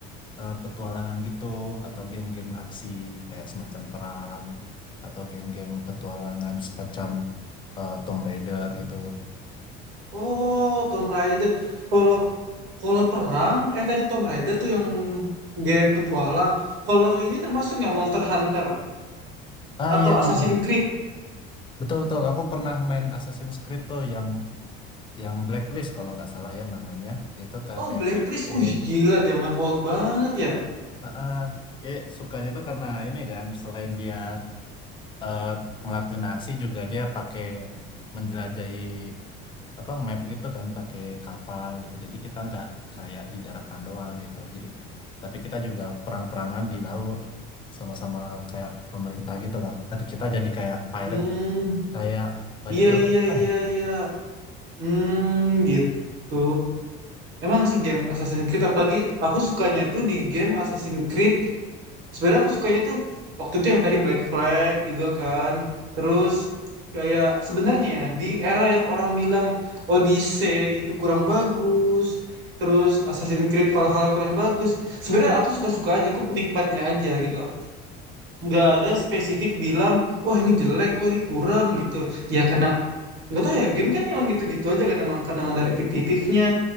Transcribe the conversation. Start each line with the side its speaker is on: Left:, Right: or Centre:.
Left: eh, petualangan gitu, atau game-game aksi kayak semacam perang, atau game-game petualangan semacam eh, Tomb Raider gitu.
Right: oh Tom Raider. Kalau kalau perang, eh tadi Tom Raider tuh yang game petualang. Kalau ini termasuk nggak Monster Hunter
Left: Ah
Right: atau
Left: iya, iya.
Right: Assassin's Creed?
Left: Betul betul. Aku pernah main Assassin's Creed tuh yang yang blacklist kalau nggak salah ya namanya itu kayak
Right: Oh
Left: kayak
Right: Blacklist,
Left: dia pakai
Right: wih gila, zaman old banget ya.
Left: Ah, ah. eh sukanya tuh karena ini kan selain dia eh, ngelakuin aksi juga dia pakai menjelajahi apa map gitu kan pakai kapal gitu jadi kita nggak kayak di daratan doang gitu jadi tapi kita juga perang-perangan di laut sama-sama kayak pemerintah gitu lah tapi kita jadi kayak pirate
Right: Hmm,
Left: kayak bajak
Right: iya
Left: laut
Right: iya
Left: lah
Right: iya
Left: <laughs> gitu.
Right: iya. Hmm, gitu. Emang sih game Assassin's Creed apalagi aku sukanya tuh di game Assassin's Creed. Sebenarnya aku sukanya tuh waktu itu yang tadi Black Flag juga kan. Terus kayak sebenarnya ya di era yang orang bilang Odyssey itu kurang bagus, terus Assassin's Creed Valhalla kurang bagus. Sebenarnya aku suka-suka aja, aku penikmatnya aja gitu. Nggak ada spesifik bilang, wah ini jelek, wah ini kurang gitu. Ya karena nggak tahu ya, game kan emang gitu-gitu aja kan emang kadang ada repetitifnya.